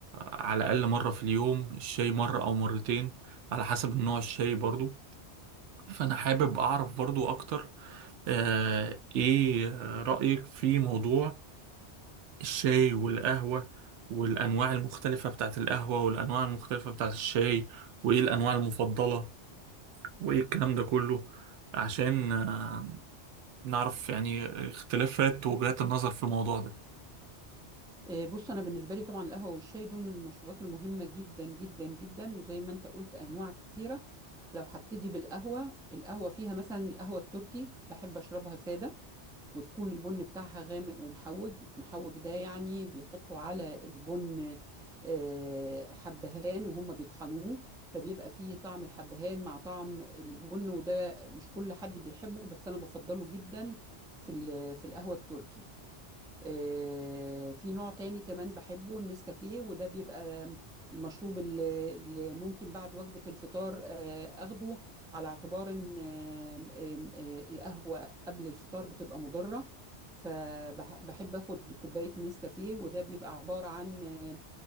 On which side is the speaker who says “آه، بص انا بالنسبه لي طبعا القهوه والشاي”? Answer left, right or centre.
Centre